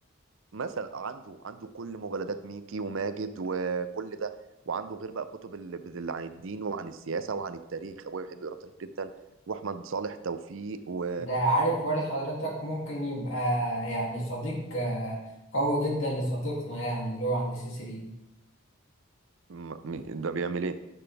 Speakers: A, on the right (about 65°); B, on the left (about 65°).
A: مثلا عنده عنده كل مجلدات ميكي وماجد وكل ده وعنده غير بقى كتب ال- اللي عن الدين وعن السياسة وعن التاريخ أبويا بيحب يقرأ تاريخ جدا وأحمد صالح توفيق و
B: ده عارف والد حضرتك ممكن يبقى يعني صديق آه، قوي جدا لصديقنا يعني اللي هو عند سي 3
A: م- م- ده بيعمل إيه؟